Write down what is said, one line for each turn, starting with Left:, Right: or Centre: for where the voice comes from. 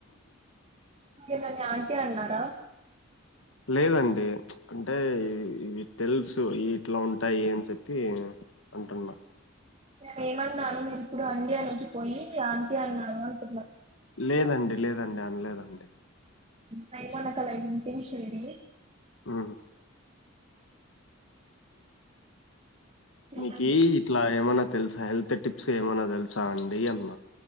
Right: ఇళని ఆంటీ అన్నారా
Left: లేదండి అంటే ఇవి తెలుసు ఇట్లా ఉంటాయి అని చెప్పి అంటున్నా
Right: నేను ఏమన్నాను మీరి ఇప్పుడు అడి అనేకి పోయి శాంతి అన్నాను అంటున్నా
Left: లేదండి లేదండి అనలేదండి
Right: నై మనకల తిమిష ఇది
Left: ఆ
Right: ఏంటండి
Left: నీకు ఇట్లా ఏమైనా తెలుసా హెల్త్ టిప్స్ ఏమైనా తెలుసా అండి అన్న